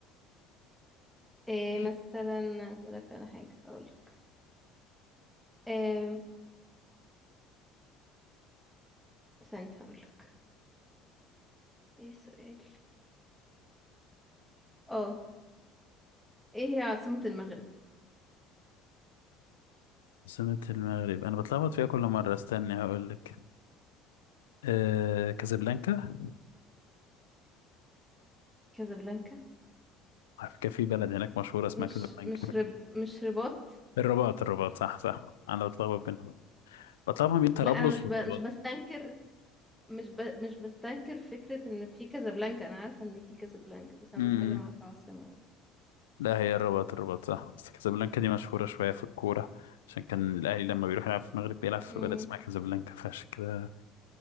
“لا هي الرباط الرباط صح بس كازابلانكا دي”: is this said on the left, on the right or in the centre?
Left